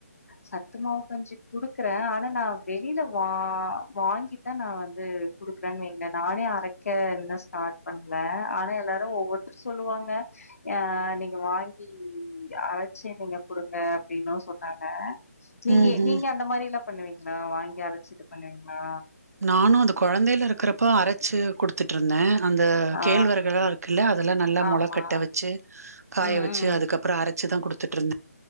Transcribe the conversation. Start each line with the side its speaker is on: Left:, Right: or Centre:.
Left: சத்துமாவும் கஞ்சி குடுக்குறேன் ஆனா நான் வெளியில வா வாங்கி தான் நான் வந்து குடுக்குறேன்னு வைக நானே அரைக்க என்ன ஸ்டார்ட் பண்ணல ஆனா எல்லாரும் ஒவ்வொருத்தரும் சொல்லுவாங்க ஆஹ் நீங்க வாங்கி அரைச்சி நீங்க கொடுங்க அப்டினு சொன்னாங்க நீங்க
Right: ம் ம்
Left: நீங்க அந்த மாதிரில்ல பண்ணுவீங்களா வாங்கி அரைச்சு இது பண்ணுவீங்களா
Right: நானும் அது குழந்தைல இருக்கிறப்ப அரச்சி வச்சி கொடுத்துட்டு்இருந்தேன் அந்த
Left: ஆ
Right: கேழ்வரகளாம் இருக்குள்ள அதெல்லாம் நல்லா
Left: ஆமா
Right: முள கட்ட வச்சு காய
Left: ம்
Right: வச்சு
Left: ம்
Right: அதுக்கப்புறம் அரை வச்சுதான் கொடுத்துட்டு இருந்தேன்